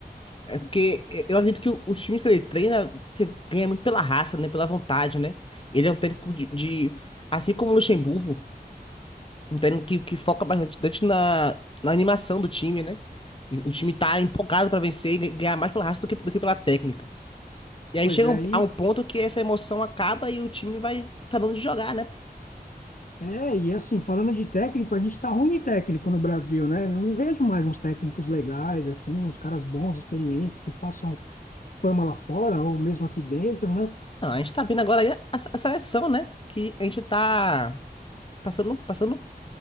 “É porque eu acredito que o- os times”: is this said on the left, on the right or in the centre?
Left